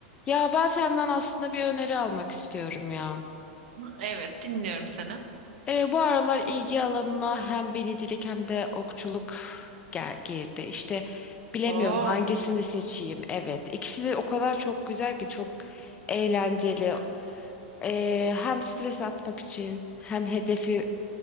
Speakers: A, on the left; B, on the right.
A: Ya ben senden aslında bir öneri almak istiyorum ya.
B: Evet, dinliyorum seni.
A: Ee, bu aralar ilgi alanıma hem binicilik hem de okçuluk gel girdi. İşte bilemiyorum
B: Oo.
A: hangisini seçeyim. Evet, ikisi de o kadar çok güzel ki çok eğlenceli.
B: Hı-hı.
A: Ee, hem stres atmak için hem hedefi